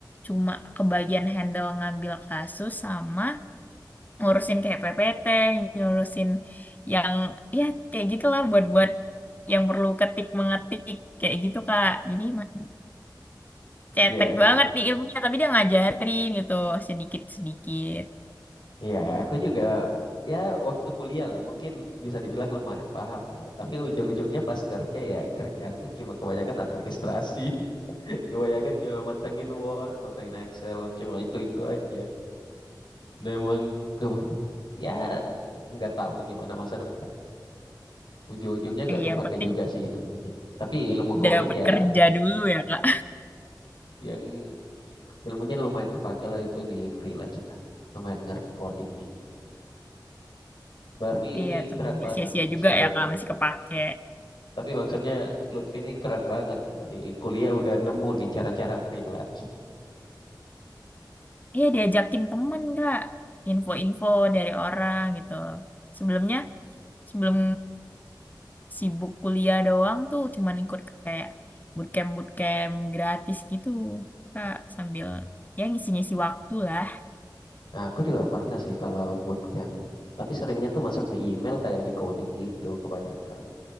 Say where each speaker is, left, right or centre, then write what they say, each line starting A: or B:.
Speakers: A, on the left; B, on the left.
A: cuma kebagian handle ngambil kasus sama ngurusin kayak PPT, ngurusin yang ya kayak gitulah buat-buat yang perlu ketik mengetik kayak gitu Kak. Jadi masih cetek
B: iya.
A: banget nih ilmunya, tapi dia ngajarin gitu sedikit-sedikit.
B: Ya, aku juga ya waktu kuliah lah mungkin bisa dibilang lumayan paham lah. Tapi ujung-ujungnya pas kerja ya kerjaanku cuma kebanyakan administrasi, <laughs> kebanyakan cuma mentengin Word, mentengin Excel, cuma itu-itu aja. Dan emang ke ya nggak tahu lah gimana masa depan. Ujung-ujungnya nggak
A: Eh,
B: kepake
A: yang penting
B: juga sih ilmunya. Tapi ilmu coding
A: dapat
B: ya
A: kerja dulu ya Kak.
B: yang ilmunya lumayan kepake lah itu di freelance lah. Lumayan ngerti codingnya. Berarti
A: Iya
B: ini
A: temen
B: keren
A: Nggak
B: banget
A: sia-sia
B: nih
A: juga
B: si lo
A: ya Kak, masih kepake.
B: Tapi maksudnya Lutfi ini keren banget nih, masih kuliah udah nemu nih cara-cara freelance.
A: Iya diajakin temen Kak, info-info dari orang gitu. Sebelumnya, sebelum sibuk kuliah doang tuh cuman ikut kayak bootcamp bootcamp gratis gitu kak sambil ya ngisi-ngisi waktu lah
B: Nah, aku juga pernah sih kalau bootcamp, tapi seringnya tuh masuk di email kayak di coding gitu kebanyakan.